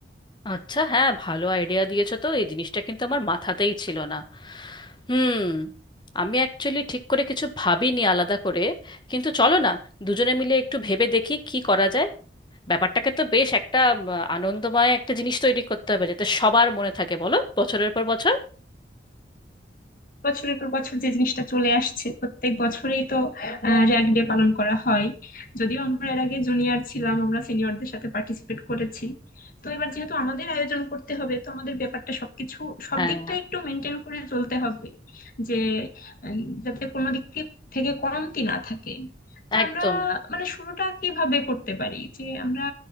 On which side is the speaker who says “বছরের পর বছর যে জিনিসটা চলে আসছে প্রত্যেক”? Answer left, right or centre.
Left